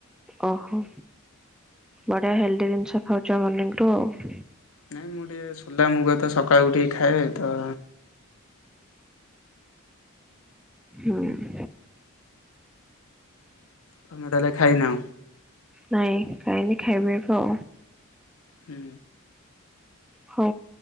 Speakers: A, in the centre; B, on the left.
A: ଓହୋ, ବଢିଆ ହେଲ୍ଦି ଜିନିଷ ଖାଉଛ ମର୍ଣିଂ ରୁ ଆଉ।
B: ନାଇଁ ମୁଁ ଟିକିେ ସୋଲା ମୁଗ ତ ସକାଳୁ ଉଠିକି ଖାଏ ତ।
A: ହଁ।
B: ତୋମେ ତାହେଲେ ଖାଇନ?
A: ନାଇଁ ଖାଇନି ଖାଇବି ଏଫ।
B: ହୁଁ।
A: ହଉ